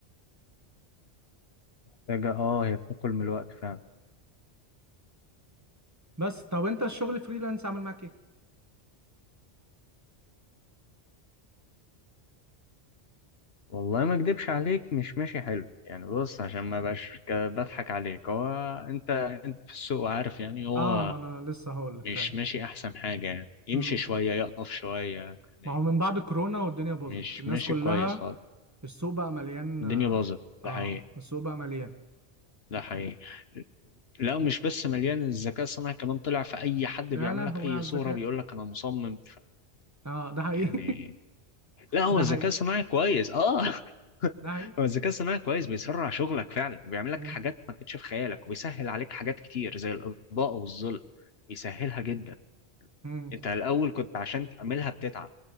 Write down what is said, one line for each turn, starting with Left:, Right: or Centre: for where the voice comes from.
Left: محتاجة اه هي بتاكل من الوقت فعلا
Right: بس طب انت الشغل فريلانس عامل معاك ايه؟
Left: والله ما اكدبش عليك مش ماشي حلو يعني بص عشان ما بقاش ك- بضحك عليك هو انت انت في السوق عارف يعني هو
Right: اه ما انا لسه هقول لك
Left: مش ماشي احسن حاجة يعني يمشي
Right: فعلا
Left: شوية يقف شوية يعني
Right: ما هو من بعد كورونا والدنيا باظت
Left: مش
Right: الناس
Left: ماشي
Right: كلها
Left: كويس خالص
Right: السوق بقى مليان
Left: الدنيا
Right: اه
Left: باظت
Right: آه،
Left: ده حقيقي
Right: السوق بقى مليان
Left: ده حقيقي لا مش بس مليان الذكاء الصناعي كمان طلع في اي حد بيعمل
Right: يا لهوي
Left: لك اي
Right: على الذكاء
Left: صورة بيقول لك انا مصمم
Right: اه ده حقيقي
Left: يعني لا هو
Right: <laughs> ده
Left: الذكاء
Right: حقيقي
Left: الصناعي كويس اه <laughs>
Right: ده حقيقي
Left: هو الذكاء الصناعي كويس بيسرع شغلك فعلا بيعمل لك
Right: مم.
Left: حاجات ما كانتش في خيالك وبيسهل عليك حاجات كتير زي الاطباء والظل بيسهلها جدا
Right: مم.
Left: انت الاول كنت عشان تعملها بتتعب